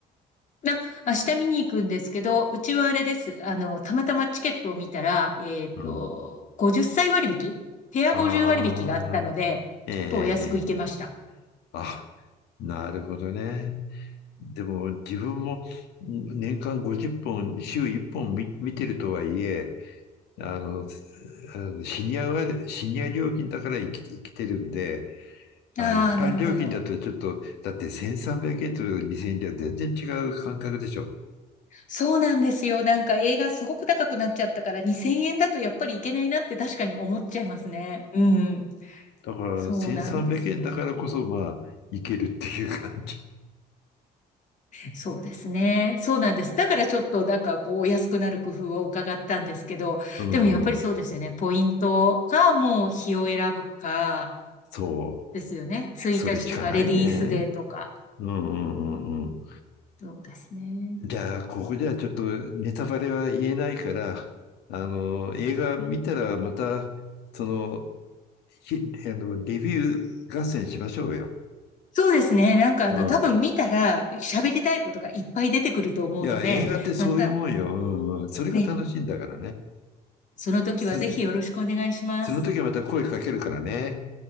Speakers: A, on the left; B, on the left.
A: な、明日見に行くんですけど、うちはあれです。あの、たまたまチケットを見たら、えっと、
B: うん。
A: 50歳割引ペア50割引があったので、
B: ああ、ええええ
A: ちょっとお安く行けました。
B: あ、なるほどね。でも自分もん年間50本、週1本見見てるとはいえ、あの、あのシニアは、シニア料金だから生き、生きてるんで、あの、
A: ああ、
B: 一般料金だとちょっと、
A: なるほど。
B: だって1300円と2000円では全然違う感覚でしょ。
A: そうなんですよ。なんか映画すごく高くなっちゃったから2000円だとやっぱりいけないなって確かに思っちゃいますね。うん。
B: だから1300円だからこそ、
A: そうなんですよ。
B: まあ、いけるっていう感じ。
A: そうですね。そうなんです。だからちょっと、なんかこう、お安くなる工夫を伺ったんですけど、
B: うんうん。
A: でもやっぱりそうですよね。ポイントか、もう日を選ぶか、
B: そう。
A: ですよね。1日とかレディースデーとか。
B: それしかないね。うんうんうんうん。
A: そうですね。
B: じゃあ、ここではちょっとネタバレは言えないから、あの、映画見たらまた、その、ひあの、レビュー合戦しましょうよ。
A: そうですね。なんかあの、
B: うん。
A: 多分見たら喋りたいことがいっぱい出てくると思うので、
B: いや、映画ってそういうもんよ。
A: また
B: うんうん。それが楽しいんだからね。
A: ね、その時はぜひよろしくお願いします。
B: す、その時はまた声かけるからね。